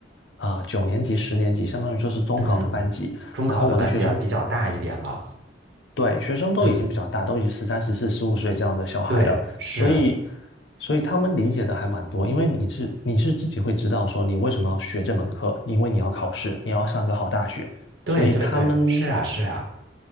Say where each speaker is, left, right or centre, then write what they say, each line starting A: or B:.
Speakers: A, on the left; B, on the right.
A: 啊九年级、十年级，相当于说是中考的班级，
B: 嗯，中考的班级啊比较大一点了。
A: 然后我的学生对，学生都已经比较大，
B: 嗯，
A: 都已经十三、十四、十五岁这样的小孩了，
B: 对，是，
A: 所以，所以他们理解的还蛮多，因为你是你是自己会知道说你为什么要学这门课，因为你要考试，你要上一个好大学，
B: 对对对，
A: 所以他们
B: 是啊是啊。